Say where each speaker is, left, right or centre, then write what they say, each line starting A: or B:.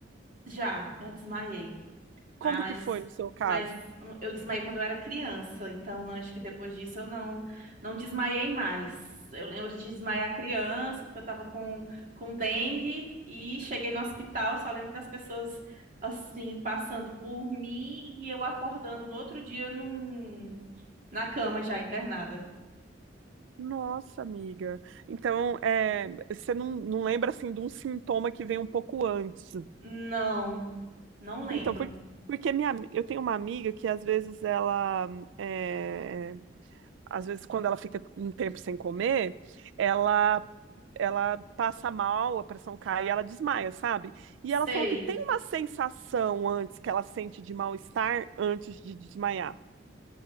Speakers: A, on the right; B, on the right.
A: Já, já desmaiei. Mas,
B: Como que foi no seu caso?
A: mas eu desmaiei quando eu era criança, então acho que depois disso eu não não desmaiei mais. Eu lembro de desmaiar criança, porque eu estava com, com dengue e cheguei no hospital, só lembro das pessoas assim passando por mim e eu acordando no outro dia num, na cama já internada.
B: Nossa, amiga. Então, é, você não, não lembra assim de um sintoma que vem um pouco antes.
A: Não, não lembro.
B: Então, por- porque minha, ami- eu tenho uma amiga que às vezes ela, é, às vezes quando ela fica um tempo sem comer, ela ela passa mal, a pressão cai e ela desmaia, sabe? E
A: Sei.
B: ela falou que tem uma sensação antes que ela sente de mal-estar antes de desmaiar.